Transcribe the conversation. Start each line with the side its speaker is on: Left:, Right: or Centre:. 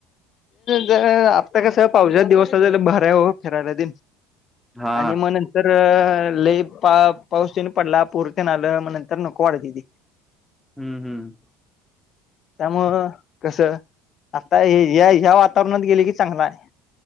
Left: ते आंत्ता कसं पावसाचे दिवसं झाले भऱं आहे हो फिरायंला दिन
Centre: हा
Left: आणि म्हनं नंतर तरं लले पा पाऊस तंने पडलां पोरतेन आलं मंग नंतर नको वाढतं तेथी
Centre: हम्मं हम्मं
Left: त्यामुळं कस आता हे या ह्या वातावरणात गेले की चांगला आहे.